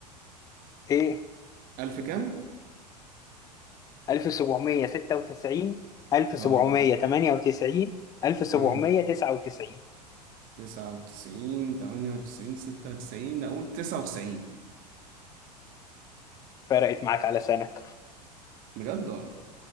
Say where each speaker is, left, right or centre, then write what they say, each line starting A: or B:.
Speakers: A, on the left; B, on the right.
A: ايه
B: ألف كام؟
A: 1796 1798
B: اه
A: 1799
B: امم تسعة وتسعين تمانية وتسعين ستة وتسعين أقول تسعة وتسعين
A: فرقت معاك على سنة
B: بجد والله